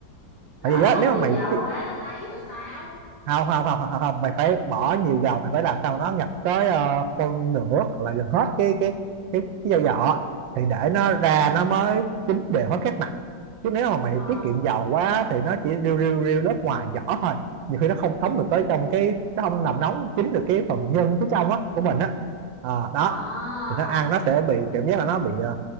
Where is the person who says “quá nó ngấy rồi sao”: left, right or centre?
Left